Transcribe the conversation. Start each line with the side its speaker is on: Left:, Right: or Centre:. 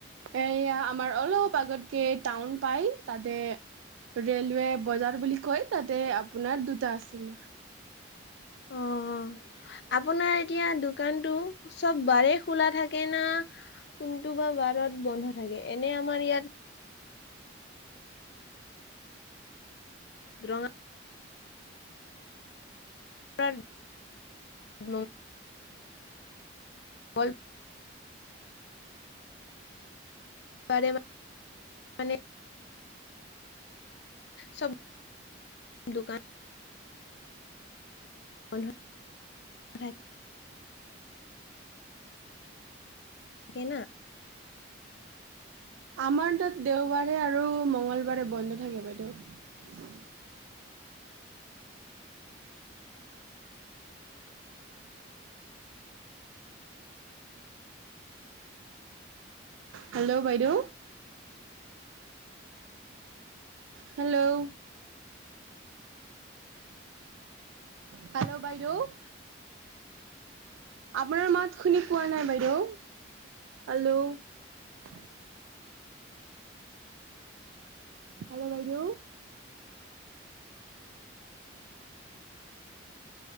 Right: এয়া আমাৰ অলপ আগতকে টাউন পাই তাতে ৰেলৱে বজাৰ বুলি কয় তাতে আপোনাৰ দুটা আছে মোৰ। <inaudible>
Left: অ', আপোনাৰ এতিয়া দোকানটো চব বাৰেই খোলা থাকে না? কোনটো বা বাৰত বন্ধ থাকে? এনে আমাৰ ইয়াত ৰঙা <inaudible> বল বাৰে মানে চব দোকান <unintelligible> হে না
Right: আমাৰ তাত দেওবাৰে আৰু মঙ্গলবাৰে বন্ধ থাকে বাইদেউ। <inaudible> হেল্ল', বাইদেউ। হেল্ল', হেল্ল', বাইদেউ। আপোনাৰ মাত শুনি পোৱা নাই বাইদেউ হেল্লো', হেল্ল', বাইদেউ।